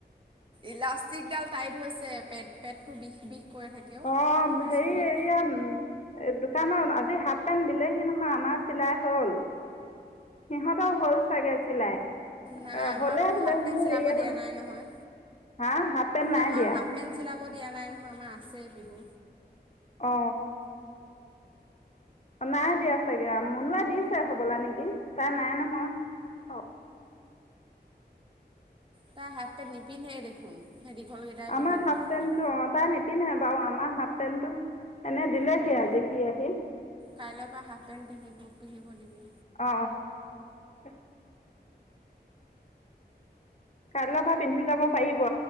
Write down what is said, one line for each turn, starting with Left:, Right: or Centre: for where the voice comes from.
Right: ইলাষ্টিক ডাল টাইট হৈছে। পেট পেটটো বিষ বিষ কৰি থাকে
Left: অ হেৰি
Right: স্কুলত
Left: এইয়া, দু তমান আজি হাফ পেণ্ট দিলেহি নহয় আমাৰ চিলাই হল। সিহঁতও হ'ল চাগে চিলাই।
Right: নাই আমাক
Left: হ'লে
Right: আকৌ
Left: বোলে
Right: হাফ পেণ্ট
Left: মোৰ
Right: চিলাব
Left: এয়া
Right: দিয়া নাই নহয়।
Left: হা হাফ পেণ্ট নাই
Right: আমাৰ
Left: দিয়া
Right: হাফ পেণ্ট চিলাব দিয়া নাই নহয় আমাৰ আছেই। বিহু
Left: অ আমা দিয়া চাগে মনোৱা দিছে হবলা নেকি, তাৰ নাই নহয় অ
Right: তাই হাফ পেণ্ট নিপিন্ধে দেখোন। সেই দীঘলকেইটাই পিন্ধি
Left: আমাৰ
Right: পিন্ধি
Left: হাফ পেণ্টটো
Right: যায়।
Left: অ তাই নিপিন্ধে বাৰু, আমাৰ হাফ পেনটো এনে দিলেহি আজি সি আহি।
Right: কাইলৈ পৰা হাফ পেণ্ট পিন্ধিব পিন্ধিব দিব।
Left: অ অ কাইলৈ পৰা পিন্ধি যাব পাৰিব